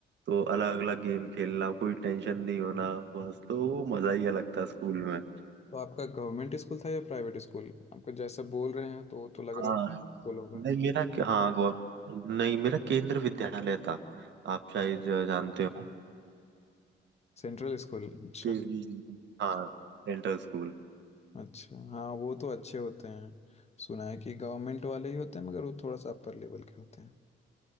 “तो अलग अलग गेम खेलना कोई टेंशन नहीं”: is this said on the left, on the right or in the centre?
Right